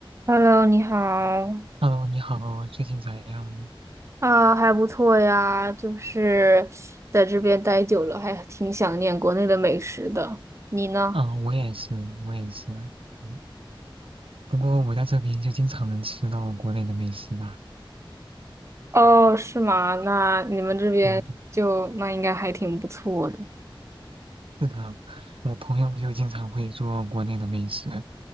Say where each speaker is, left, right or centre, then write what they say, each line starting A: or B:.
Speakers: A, on the right; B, on the right.
A: Hello，你好。
B: Hello，你好，最近咋样？
A: 啊，还不错呀，就是在这边待久了，还挺想念国内的美食的。你呢？
B: 嗯，我也是，我也是。嗯，不过我在这边就经常能吃到国内的美食吧。
A: 哦，是吗？那你们这边就那应该还挺不错的
B: 对啊，是的，我朋友就经常会做国内的美食，